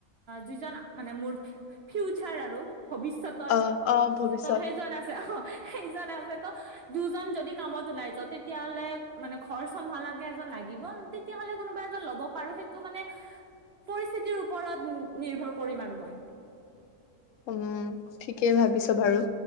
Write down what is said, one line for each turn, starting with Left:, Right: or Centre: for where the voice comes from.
Right: যিজন মানে মোৰ ফিউচাৰ আৰু ভৱিষ্যতৰ
Left: অ অ ভৱিষ্যত
Right: ত সেইজন আছে অ সেইজন আছে দুজন যদি কামত ওলাই যাওঁ তেতিয়াহলে মানে ঘৰ চম্ভালকে এজন লাগিব তেতিয়া হলে কোনোবা এজন ল'ব পাৰো সেইটো মানে পৰিস্থিতিৰ ওপৰত নিৰ্ভৰ কৰিম আৰু মই
Left: উম ঠিকেই ভাবিছ ছা বাৰু